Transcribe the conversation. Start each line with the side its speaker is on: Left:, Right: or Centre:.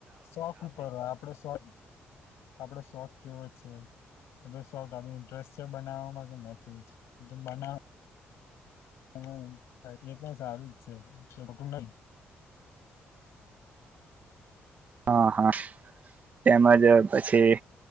Left: શોખ ઉપર હોય આપડો શોખ, આપડો શોખ કેવો છે. તમે શોખ અમે ઇન્ટરેસ્ટ છે બનાવામાં કે નથી, જો બનાવ <unintelligible> એ પણ સારું જ છે, ખોટું <inaudible>
Right: હા, હા. તેમજ પછી,